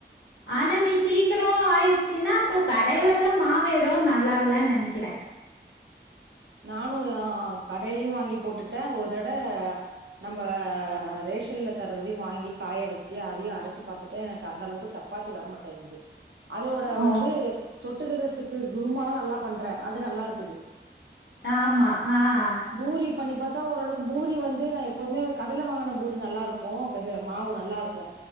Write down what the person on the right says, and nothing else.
நானும் அஹ் கடையிலயையும் வாங்கி போட்டுட்டேன் ஒரு தட நம்ம ரேஷன்ல தர்றதையும் வாங்கி காய வச்சு அதையும் அரைச்சு பாத்துட்டேன் எனக்கு அந்த அளவுக்கு சப்பாத்தி வரமாட்டேங்குது அதோட
வந்து தொட்டுக்கரத்துக்கு குருமாலாம் நல்லா பண்றேன் அது நல்லா இருக்குது
பூரி பண்ணி பாத்தா ஓரளவுக்கு பூரி வந்து நா எப்போதுமே கடைல வாங்கின பூரி நல்லா இருக்கும் இது மாவு நல்லா இருக்கும்